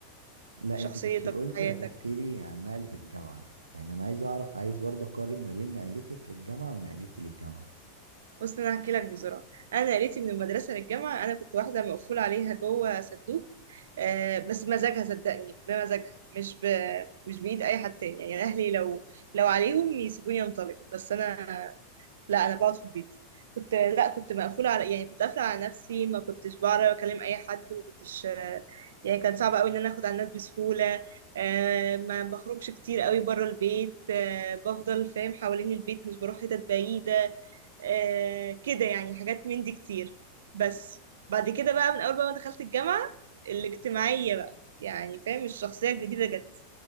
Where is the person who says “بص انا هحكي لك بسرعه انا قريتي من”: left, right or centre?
Right